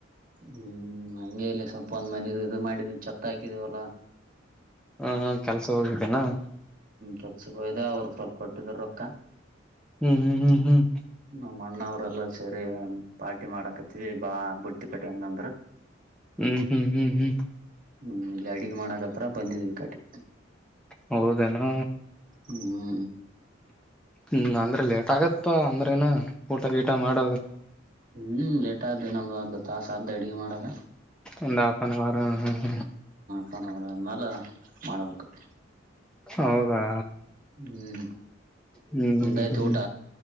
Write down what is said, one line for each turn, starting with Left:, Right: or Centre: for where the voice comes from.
Right: ಹ್ಮ್ ಹಿಂಗೆ ಇಲ್ಲಿ ಸ್ವಲ್ಪ ಒಂದ್ ಮನೆ ಇದು ಮಾಡಿದೀವಿ ಛತ್ ಹಾಕಿದಿವಲ್ಲಾ.
Centre: ಹ ಹಾ ಕೆಲ್ಸ ಹೋಗಿ. ನಾ-
Right: ಕೆಲಸಕ್ಕೆ ಹೋಗಿದ್ದೆ ಅವ್ರರು ಸ್ವಲ್ಪ ಕೊಟ್ಟಿದರು ರೊಕ್ಕ.
Centre: ಹ್ಮ್ ಹ್ಮ್ ಹ್ಮ್ ಹ್ಮ್.
Right: ನಮ್ಮ ಅಣ್ಣ ಅವರೆಲ್ಲ ಸೇರಿ ಪಾರ್ಟಿ ಮಾಡಕತ್ತವಿ ಬಾ ಬುತ್ತಿ ಕಟ್ಟಿಕೊಂಡು ಅಂತಂದ್ರು
Centre: ಹ್ಮ್ ಹ್ಮ್ ಹ್ಮ್ ಹ್ಮ್
Right: ಹ್ಮ್ ಇಲ್ಲೆ ಅಡಿಗೆ ಮಾಡಕತ್ಯಾರ ಬಂದಿದ್ವಿ ಈ ಕಡಿ
Centre: ಹೌದನು.
Right: ಹ್ಮ್.
Centre: ಹ್ಮ್ ಅಂದ್ರೆ ಲೇಟ್ ಆಗಿತಪ್ಪ ಅಂದ್ರೆ ಇನ್ನ. ಊಟ ಗೀಟ ಮಾಡೋದು.
Right: ಹ್ಮ್ ಲೇಟ್ ಆತದ ಇನ್ನೊಂದು ಅರ್ದ ಆದ್ದ ತಾಸು ಅಡಿಗೆ ಮಾಡಾಕ.
Centre: ಇನ್ನೊಂದು ಹಲ್ಫನ್ ಹಾವೌರ್
Right: ತವರ ಅನ್ನಲ್ಲ. ಮಾಡಬೇಕಕ್
Centre: ಹೌದಾ
Right: ಹ್ಮ್
Centre: ಹ್ಮ್
Right: ನಿಂದಾಯ್ತು
Centre: ಹ್ಮ್
Right: ಊಟ.